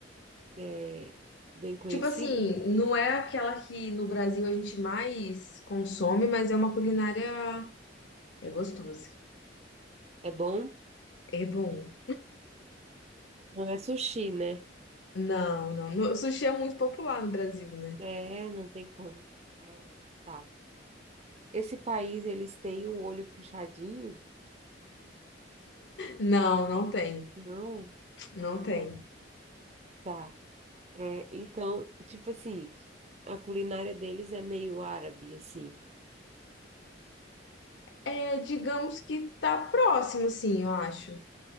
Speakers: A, on the right; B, on the left.
A: É bem conhecido?
B: Tipo assim, não é aquela que no Brasil a gente mais consome, mas é uma culinária. É gostosa.
A: É bom?
B: É bom.
A: Não é sushi, né?
B: Não, não. no- O sushi é muito popular no Brasil, né?
A: É, não tem como. É, tá. Esse país, eles têm o olho puxadinho?
B: Não, não tem.
A: Não.
B: Não
A: Ah,
B: tem.
A: tá. É, então, tipo assim, a culinária deles é meio árabe, assim.
B: É, digamos que tá próximo, assim, eu acho.